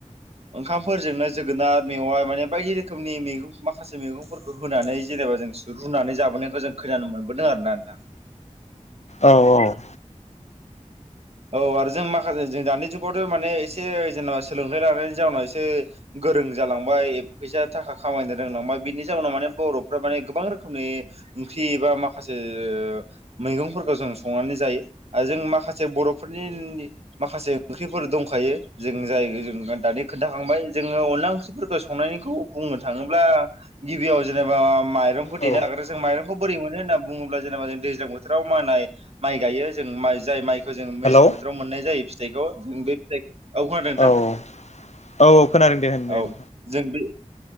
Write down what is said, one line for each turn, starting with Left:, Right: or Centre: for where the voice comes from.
Right: ओंखामफोरजोंनो जोगोनार मेवआ माने बायदि रोखोमनि मैगं माखासे मैगंफोरखौ होनानै जेनेबा जों रुनानै जाबोनायखौ जों खोनानो मोनबोदों आरोना नोंथां।
Left: औ औ।
Right: औ आरो जों माखासे जों दानि जुगावथ' माने एसे जेनेबा सोलोंथाइ लानायनि जाउनाव एसे गोरों जालांबाय फैसा थाखा खामायनो रोंलांबाय बिनि जाउनाव माने बर'फ्रा माने गोबां रोखोमनि ओंख्रि एबा माखासे मैगंफोरखौ जों संनानै जायो आरो जों माखासे बर' फोरनि माखासे ओंख्रिफोर दंखायो जों जाय जों दानि खोन्थाखांबाय जोङो अनला ओंख्रिफोरखौ संनायनिखौ बुंनो थाङोब्ला गिबियाव जेनेबा माइरंखौ देनो
Left: औ
Right: नागिर जों माइरंखौ बोरै मोनो होनना बुङोब्ला जेनेबा जों दैज्लां बोथोराव मानाय माइ गायो जों माइ जाय माइखौ जों मेसें
Left: हेलौ
Right: बोथोराव मोननाय जायो फिथाइखौ जों बे फिथाइखौ खोनादों नोंथां
Left: औ औ औ औ खोनादों दे होन दे होन।
Right: औ जों बे